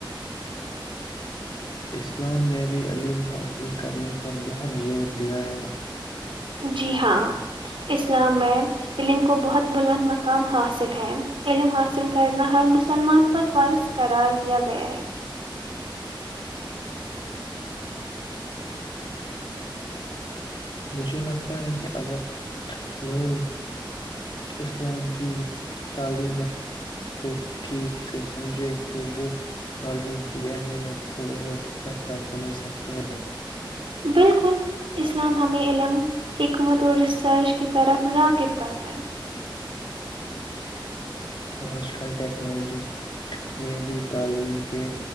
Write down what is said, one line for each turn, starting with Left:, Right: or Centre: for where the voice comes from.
Left: اسلام نے بھی عم حاصل کرنے پر بہت زور دیا ہے
Right: جی ہاں اسلام میں علم کو بہت بلند مقام حاصل ہے علم حاصل کرنا ہر مسلمان پر فارض قرار دیا گیا ہے
Left: مجھے لگتا ہے کہ اگر لوگ اسلام کی تعلیمت کو ٹھیک سے سمجھے تو وہ تعلیم کی اہمیت کو اور بہتر سمجھ سکتے ہیں
Right: بالکل اسلام ہمیں علم حکمت اور ریسرچ کی طرف راغب کرتے
Left: آج کل ٹیکنالوجی نے بھی تعلیم کے